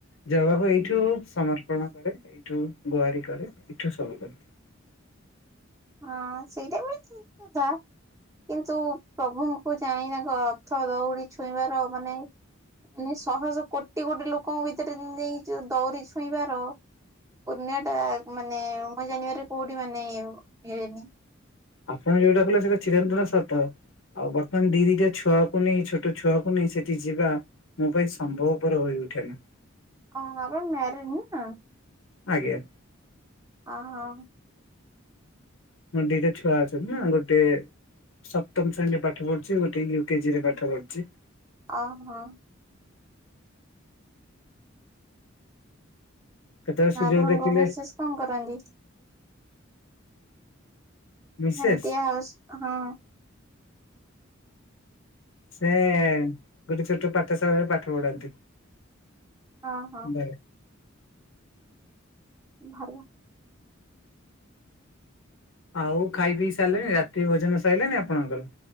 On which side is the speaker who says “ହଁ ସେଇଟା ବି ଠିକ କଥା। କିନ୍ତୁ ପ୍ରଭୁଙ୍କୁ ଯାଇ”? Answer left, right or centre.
Right